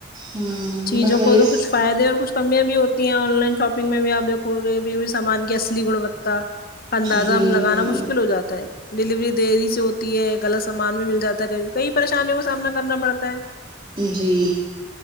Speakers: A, on the right; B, on the left.
A: ہوں
B: چیزوں
A: بس وہی
B: کو
A: ہے
B: تو کچھ فائدے اور کچھ کمیاں بھی ہوتی ہیں آن لائن شاپنگ میں بھی آپ دیکھو گئی بھی ہوئی سامان کی اصلی گنوتا اندازہ
A: جی
B: ہم لگانا مشکل ہو جاتا ہے ڈیلیوری دیری سے ہو ہے غلط سامان بھی مل جاتا ہے کئی پریشانیوں کا سامنا کرنا پڑتا ہے
A: جی